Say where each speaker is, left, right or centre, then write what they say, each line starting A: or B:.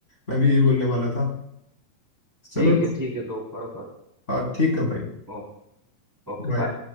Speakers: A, on the left (about 20°); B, in the centre.
A: मैं भी यही बोलने वाला था चलो
B: ठीक है ठीक है ब्रो करो करो
A: हाँ ठीक है भाई
B: ओ- ओके
A: बाय
B: बाय